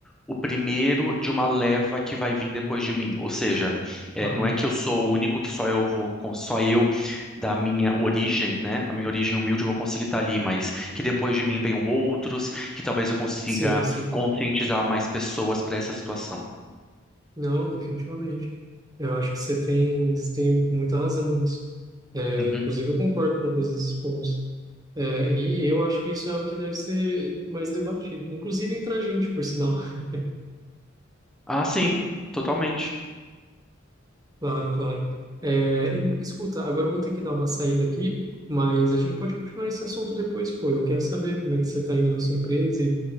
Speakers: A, in the centre; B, on the right.
A: o primeiro de uma leva que vai vir depois de mim. Ou seja, é,
B: claro.
A: não é que eu sou o único que só eu vou, con- só eu da minha origem, né? A minha origem humilde eu vou conseguir estar ali, mas que depois de mim venham outros, que talvez eu consiga
B: Sim, sim.
A: conscientizar mais pessoas para essa situação.
B: Não, definitivamente. Eu acho que você tem, você tem muita razão nisso. É,
A: Uhum.
B: inclusive, eu concordo com todos esses pontos. É, e eu acho que isso é o que deve ser mais debatido, inclusive entre a gente, por sinal. <laughs>
A: Ah, sim, totalmente.
B: Claro, claro. É, em- escuta, agora eu vou ter que dar uma saída aqui, mas a gente pode continuar esse assunto depois, pô. Eu quero saber como é que você está indo na sua empresa e,